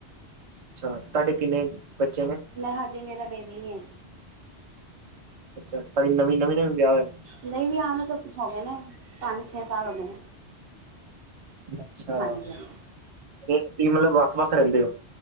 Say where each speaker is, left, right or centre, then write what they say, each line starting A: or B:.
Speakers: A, on the right (about 45°); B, on the right (about 60°).
A: ਅੱਛਾ ਤੁਹਾਡੇ ਕਿੰਨੇ ਬੱਚੇ ਨੇ
B: ਮੈਂ ਹਜੇ ਮੇਰਾ ਬੇਬੀ ਨਹੀਂ ਹ
A: ਅੱਛਾ ਜੀ ਨਵਾਂ ਨਵਾਂ ਵਿਆਹ ਹੋਇਆ
B: ਨਹੀਂ ਵੀ ਆਉਣਾ ਤਾਂ ਹੋ ਗਏ ਨੇ ਪੰਜ ਛੇ ਸਾਲ ਹੋ ਗਏ ਨੇ
A: ਅੱਛਾ
B: ਹਾਂਜੀ ਹਾਂਜੀ
A: ਤੇ ਤੁਸੀਂ ਮਤਲਬ ਵੱਖ ਵੱਖ ਰਹਿੰਦੇ ਹੋ